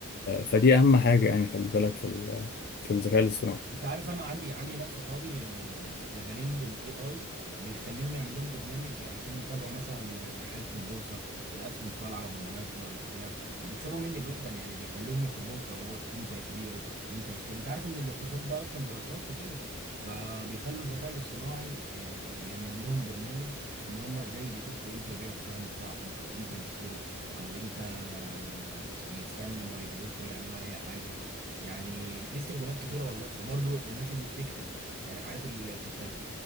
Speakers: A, on the left (about 45°); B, on the right (about 45°).
A: فدي أهم حاجة يعني خلي بالك في ال... في الذكاء الاصطناعي
B: انت عارف انا عندي عندي ناس صحابي آه، شغالين بالاي اي بيخليهم يعمل لهم برنامج عشان يتابعوا مثلا آه، حالة البورصة الاسهم طالعة ولا نازلة وبتاع وبيكسبوا مني جدا يعني بيخليهم ياخد لهم قرارات امتى يبيعوا امتى يشتري انت عارف ان الاقتصاد ده اصلا دراسات وكده فبيخلوا الذكاء الاصطناعي آه، يعمل لهم برنامج ان هم زي ديتكتوا امتى يبيعوا السهم بتاعهم او امتى يشتروا او امتى آه، يستنوا ما يبيعوش ولا يعملوا اي حاجة يعني ليه استخدامات كتيره والله وبرضو الناس اللي بتكتب يعني عارف الكتابين